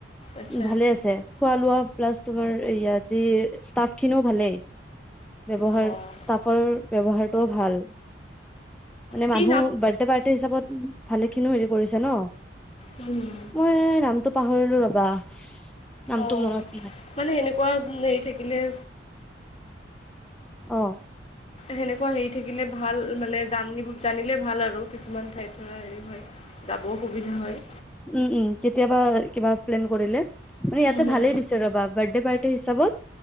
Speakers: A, on the left; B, in the centre.
A: আচ্ছা
B: উম ভালে আছে। খোৱা লোৱা প্লাছ তোমাৰ এইয়া যি ষ্টাফখিনিও ভালেই। ব্যৱহাৰ
A: অঁ
B: ষ্টাফৰৰ ব্যৱহাৰটোও ভাল। মানে
A: কি
B: মানুহ বাৰ্থডে পাৰ্টি হিচাপত ভালে খিনিও হেৰি কৰিছে ন'।
A: উম।
B: মই নামটো পাহৰিলো ৰবা। নামটো
A: অ'
B: মনত নাই
A: মানে এনেকুৱা হেৰি থাকিলে
B: অ।
A: সেনেকুৱা হেৰি থাকিলে ভাল মানে জানিব জানিলে ভাল আৰু কিছুমান ঠাইতডৰা হেৰি হয় যাব সুবিধা হয়।
B: উম উম কেতিয়াবা কিবা প্লেন কৰিলে মানে ইয়াতে
A: উম, হম,
B: ভালেই দিছে ৰ'বা বাৰ্থদে পা- সেই হিচাপত